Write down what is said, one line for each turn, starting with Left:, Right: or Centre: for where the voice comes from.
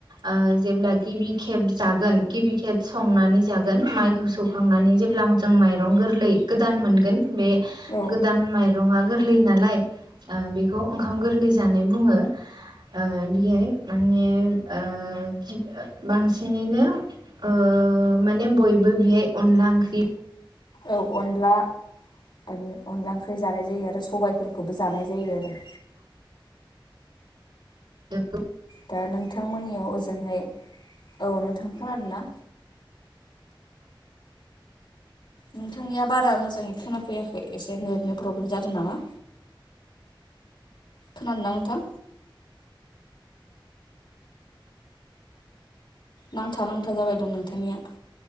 Right: ओ जेब्ला गिबि खेब जागोन गिबि खेब संनानै जागोन माइखौ सौखांनानै जेब्ला माइरं गोरलै गोदान मोनगोन बे
Left: औ
Right: गोदान माइरङा गोरलै नालाय ओ बेखौ ओंखाम गोरलै जानाय बुङो। ओ बियाय माने ओ गि ओ बांसिनैनो ओ ओ माने बयबो बेहाय अनला ओंख्रि
Left: औ अनला आरो अनला ओंख्रि जानाय जायो आरो सबायफोरखौबो जानाय जायो आरो
Right: खोनादोंना
Left: दा नोंथांमोननियाव ओजो हाय औ नोंथां खोनादों ना? नोंथांनिया बारा मोजाङै खोनाफैयाखै एसे नेटनि प्रब्लेम जादों नामा? खोनादों ना नोंथां नांथा नांथा जाबाय दं नोंथांनिया